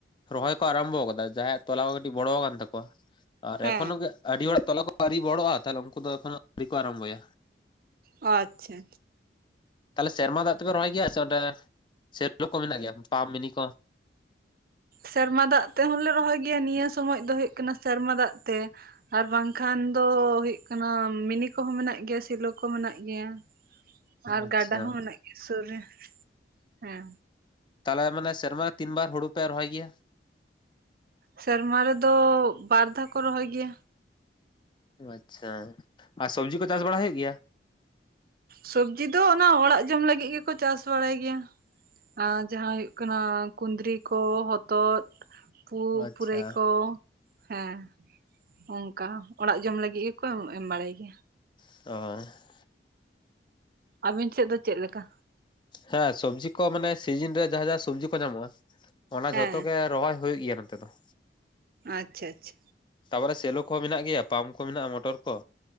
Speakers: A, on the left; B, on the right.
A: ᱨᱚᱦᱚᱭ ᱠᱚ ᱟᱨᱚᱢᱵᱚ ᱟᱠᱟᱫᱟ ᱡᱟᱦᱟᱸᱭᱟᱜ ᱛᱚᱞᱟ ᱠᱚ ᱠᱟᱹᱴᱤᱡ ᱵᱚᱲᱚᱣᱟᱠᱟᱱ ᱛᱟᱠᱚᱣᱟ ᱟᱨ
B: ᱦᱮᱸ
A: ᱮᱠᱷᱚᱱᱚ ᱜᱮ ᱟᱹᱰᱤ ᱦᱚᱲᱟᱜ ᱛᱚᱞᱟ ᱠᱚ ᱟᱹᱣᱨᱤ ᱵᱚᱲᱚᱜᱼᱟ ᱛᱟᱦᱞᱮ ᱩᱱᱠᱩ ᱫᱚ ᱮᱠᱷᱚᱱᱚ ᱟᱹᱨᱤ ᱠᱚ ᱟᱨᱚᱢᱵᱚᱭᱟ
B: ᱚ ᱟᱪᱪᱷᱟ ᱟᱪᱪᱷᱟ
A: ᱛᱟᱦᱚᱞᱮ ᱥᱮᱨᱢᱟ ᱫᱟᱜ ᱛᱮᱯᱮ ᱨᱚᱦᱚᱭ ᱜᱮᱭᱟ ᱥᱮ ᱚᱸᱰᱮ ᱥᱮᱰᱰᱳ ᱠᱚ ᱢᱮᱱᱟᱜ ᱜᱮᱭᱟ ᱯᱟᱢᱯ ᱢᱤᱱᱤ ᱠᱚ
B: ᱥᱮᱨᱢᱟ ᱫᱟᱜ ᱛᱮᱦᱚᱸᱞᱮ ᱨᱚᱦᱚᱭ ᱜᱮᱭᱟ ᱱᱤᱭᱟᱹ ᱥᱚᱢᱚᱭ ᱫᱚ ᱦᱩᱭᱩᱜ ᱠᱟᱱᱟ ᱥᱮᱨᱢᱟ ᱫᱟᱜ ᱛᱮ ᱟᱨ ᱵᱟᱝᱠᱷᱟᱱ ᱫᱚ ᱦᱩᱭᱩᱜ ᱠᱟᱱᱟ ᱢᱤᱱᱤᱠ ᱠᱚᱦᱚᱸ ᱢᱮᱱᱟᱜ ᱜᱮᱭᱟ ᱥᱮᱞᱳ ᱠᱚᱦᱚᱸ ᱢᱮᱱᱟᱜ ᱜᱮᱭᱟ᱾ ᱟᱨ
A: ᱟᱪᱪᱷᱟ
B: ᱜᱟᱰᱟ ᱦᱚᱸ ᱢᱮᱱᱟᱜ ᱜᱮᱭᱟ ᱥᱩᱨ ᱨᱮ ᱦᱮᱸ
A: ᱛᱟᱦᱚᱞᱮ ᱢᱟᱱᱮ ᱥᱮᱨᱢᱟ ᱛᱤᱱᱵᱟᱨ ᱦᱩᱲᱩ ᱯᱮ ᱨᱚᱦᱚᱭ ᱜᱮᱭᱟ
B: ᱥᱮᱨᱢᱟ ᱨᱮᱫᱚ ᱵᱟᱨ ᱫᱷᱟᱣ ᱠᱚ ᱨᱚᱦᱚᱭ ᱜᱮᱭᱟ᱾
A: ᱟᱪᱪᱷᱟ ᱟᱨ ᱥᱚᱵᱽᱡᱤ ᱠᱚ ᱪᱟᱥ ᱵᱟᱲᱟ ᱦᱩᱭᱩᱜ ᱜᱮᱭᱟ᱾
B: ᱥᱚᱵᱽᱡᱤ ᱫᱚ ᱚᱱᱟ ᱚᱲᱟᱜ ᱡᱚᱢ ᱞᱟᱹᱜᱤᱫ ᱜᱮᱠᱚ ᱪᱟᱥ ᱵᱟᱲᱟᱭ ᱜᱮᱭᱟ᱾ ᱟᱨ ᱡᱟᱦᱟᱸ ᱦᱩᱭᱩᱜ ᱠᱟᱱᱟ ᱠᱩᱫᱽᱨᱤ ᱠᱚ ᱦᱚᱛᱚᱫ ᱯᱩ
A: ᱟᱪᱪᱷᱟ
B: ᱯᱩᱨᱟᱹᱭ ᱠᱚ ᱦᱮᱸ ᱚᱱᱠᱟ ᱚᱲᱟᱜ ᱡᱚᱢ ᱞᱟᱹᱜᱤᱫ ᱜᱮᱠᱚ ᱮᱢ ᱵᱟᱲᱟᱭ ᱜᱮᱭᱟ᱾
A: <unintelligible>
B: ᱟᱹᱵᱮᱱ ᱥᱮᱫ ᱫᱚ ᱪᱮᱫ ᱞᱮᱠᱟ?
A: ᱦᱮᱸ ᱥᱚᱵᱽᱡᱤ ᱠᱚ ᱢᱟᱱᱮ ᱥᱤᱡᱤᱱ ᱨᱮ ᱡᱟᱦᱟ ᱡᱟᱦᱟ ᱥᱚᱵᱽᱡᱤ ᱠᱚ ᱧᱟᱢᱚᱜᱼᱟ ᱚᱱᱟ
B: ᱦᱮᱸ
A: ᱡᱷᱚᱛᱚ ᱜᱮ ᱨᱚᱦᱚᱭ ᱦᱩᱭᱩᱜ ᱜᱮᱭᱟ ᱱᱚᱛᱮ ᱫᱚ
B: ᱟᱪᱪᱷᱟ ᱟᱪᱪᱷᱟ
A: ᱛᱟᱯᱚᱨᱮ ᱥᱮᱞᱚ ᱠᱚᱦᱚᱸ ᱢᱮᱱᱟᱜ ᱜᱮᱭᱟ ᱯᱟᱢᱯ ᱠᱚ ᱢᱮᱱᱟᱜᱼᱟ ᱢᱚᱴᱚᱨ ᱠᱚ